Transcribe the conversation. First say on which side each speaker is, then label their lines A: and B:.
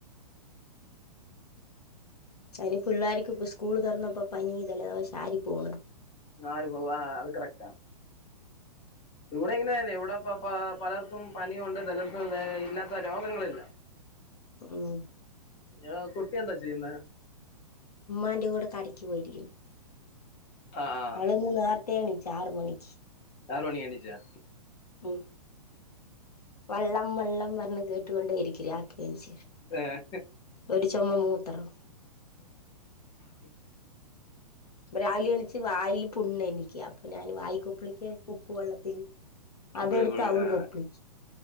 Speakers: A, on the left; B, on the left.
A: അതിനി പിള്ളേർക്ക് ഇപ്പ സ്കൂള് തുറന്നപ്പോ പനി ജലദോഷം ആര് പോന്ന്
B: ആര് പോവാ അത് കറക്റ്റ ഇവിടെ ഇങ്ങനെ തന്നെ ഇവിടെപ്പ പ പലർക്കും പനിയുണ്ട് ജലസ ഇല്ലാത്ത രോഗങ്ങളില്ല
A: ഉം
B: നോ കുട്ടി എന്താ ചെയ്യുന്നെ
A: ഉമ്മാൻ്റെ കൂടെ കടക്ക് പോയിരിക്കുന്നു
B: ആഹ് ആഹ്
A: അള് നിന്ന് നേർ ത്തേണ്ച്ച് ആറ് മണിക്ക്
B: ആറ് മണി എണിച്ചാ
A: ഉം വള്ളം വെള്ളം പറഞ്ഞ് കേട്ടുകൊണ്ടേയിരി ക്ക് രാത്രി എനിച്ച്
B: ഏഹ്
A: ഒരു ചുമ മൂത്രോ
B: ഉം
A: രാവിലെ എണിച്ച് വായിൽ പുണ്ണ് എനിക്ക് അപ്പൊ ഞാൻ വായിക്കുപ്പളിക്ക് ഉപ്പ് വെള്ളത്തില്
B: <unintelligible>
A: അതെടുത്ത് അവള്
B: ആ
A: കൊപ്പിളിക്കും